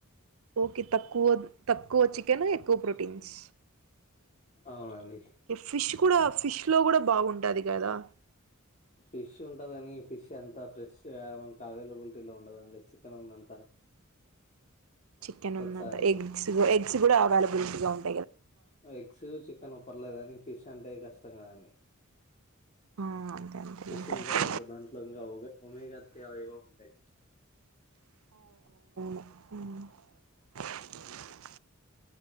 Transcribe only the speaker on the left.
అవునండి
ఫిష్ ఉంటదని ఫిష్ ఎంత ఫ్రెష్ మనకి అవైలబిలిటీలో ఉండదండి చికెన్ ఉన్నంత
ప్రతిసారి
ఎగ్స్ చికెన్ అ పర్లేదు కాని ఫిష్ అంటే కష్టం కదండి
ఫిష్
ఇంకా బెటర్ దాంట్లో ఇంకా ఒ ఒమేగా త్రీ అవి ఏవో ఉంటాయి